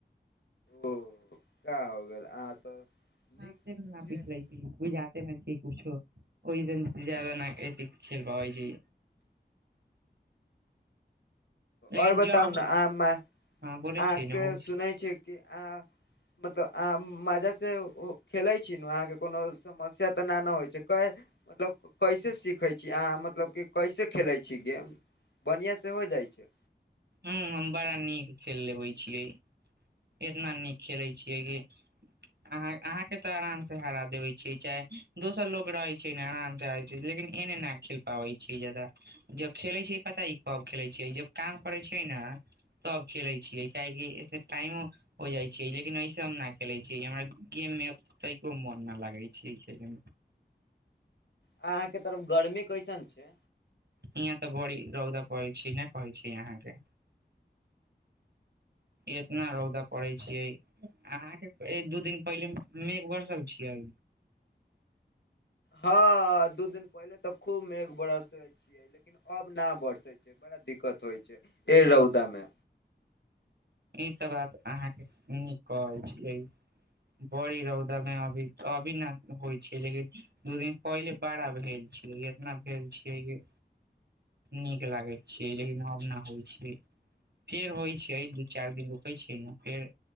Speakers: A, on the left; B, on the right.
A: ओ क्या हो गेल अहाँ तऽ नीक
B: ह से न
A: छै
B: पीछ
A: नु
B: लैुज <unintelligible> ते नै छै किछो, ओहि जन जेा न कत खेलबा ओइ जे लेकिन
A: और बताउ
B: जब
A: ने अह अहाँके
B: हँ बोलै छियै ने बोलै
A: सुनै छी कि अहां मतलब अहाँ मजा से खेलै छी ने अहाँके कोनो समस्या तऽ ना ने होइ छै कै मतलब कैसे सीखै छियै य अहाँ मतलब कि कैसे खेलै छी गेम बढ़िआँ से हो जाइ छै?
B: ह हम बड़ा नीक खेल लेबै छियै। इतना नीक खेलै छियै कि अहाँ अहाँके तऽ आराम से हरा देबे छियै, चाहे दोसर लोग रहे छै ने आराम से लेकिन एने न खेल पाबै छियै जादा, जब खेले छियै पता ह कब खेले छियै, जब काम करै छै ने सब खेले छियै, कियकि ऐसे टाइमो हो जाइत छै, लेकिन अइसे हम नहि खेलैत छी, हमरा गेममे तऽ को मन न लगागै छै खेलमे।
A: अहाँ के तरफ गर्मी कैसन छै?
B: यहाँ तऽ बड़ी रौदा पड़ै छै, ने पहरै छै यहाँके? इतना रौदा पड़े छियै अहाँके एक, दू, दिन पहिले, मेघ बरसल छियै?
A: हँ, दू दिन पहिले तऽ, खूब मेघ बरस छी। लेकिन अब न बरसे छै, बड़ा दिक्कत होइ छै एहि
B: ह
A: रौदा मे।
B: ई त बात अहाँ के, नीक कहै छीयै। बड़ी रौदा मे अभी, अभी ना होइ छै लेकिन। दू दिन पहिले बड़ा भेल छियै, इतना भेल छियै कि नीक लागैत छियै, लेकिन अब न होइ छै, फेर होइ छै। चारि दिन रुकै छै ने, फेर